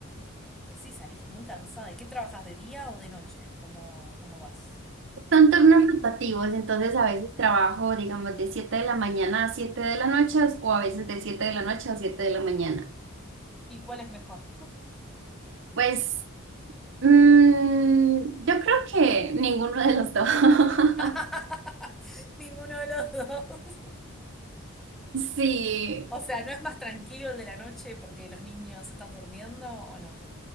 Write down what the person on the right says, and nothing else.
Son turnos
rotativos, entonces a
veces trabajo, digamos, de 7 de la mañana a 7 de la noche o a veces de siete de la noche a 7 de la mañana.
Pues mm, yo creo que ninguno de los dos.
<laughs>
Sí,